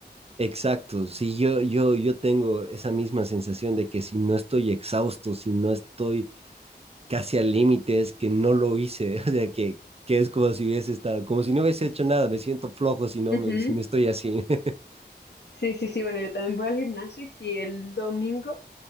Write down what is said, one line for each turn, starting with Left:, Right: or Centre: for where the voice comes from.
Right: Exacto, sí, yo, yo, yo tengo esa misma sensación de que si no estoy exhausto, si no estoy casi a límites, que no lo hice, <laughs> o sea, que, que es como si hubiese estado, como si no hubiese hecho nada, me siento flojo si no,
Left: Ujú.
Right: me- si no estoy así, <laughs>
Left: Sí, sí, sí, bueno, yo también voy al gimnasio y fui el domingo